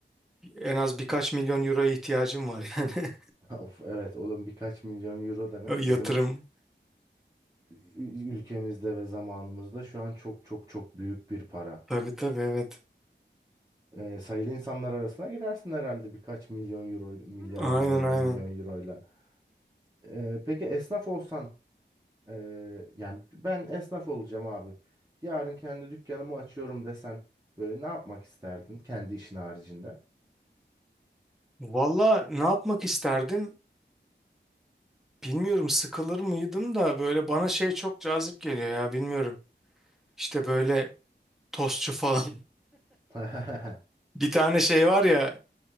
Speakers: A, in the centre; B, on the right.
A: en az birkaç milyon euroya ihtiyacın var yani.
B: <laughs> Of evet oğlum birkaç milyon euro demek
A: <laughs> O Yatırım.
B: bizim ü- ülkemizde ve zamanımızda şu an çok çok çok büyük bir para.
A: Tabii tabii evet.
B: e, sayılı insanlar arasına girersin herhalde birkaç milyon euro, milyar
A: Aynen
B: euroyla,
A: aynen.
B: milyon euroyla. E, peki esnaf olsan, e, yani ben esnaf olacağım abi. Yarın kendi dükkanımı açıyorum desen böyle ne yapmak isterdin kendi işin haricinde?
A: Valla ne yapmak isterdim? Bilmiyorum sıkılır mıydım da böyle bana şey çok cazip geliyor ya bilmiyorum. İşte böyle tostçu falan.
B: <laughs>
A: <laughs> Bir tane şey var ya